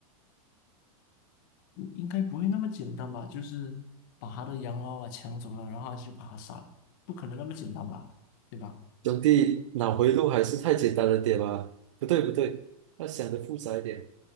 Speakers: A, on the left; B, on the right.
A: 应应该不会那么简单吧？就是把他的洋娃娃抢走了，然后他就把他杀了，不可能那么简单吧？对吧？
B: 兄弟，脑回路还是太简单了点吧？不对不对，要想的复杂一点。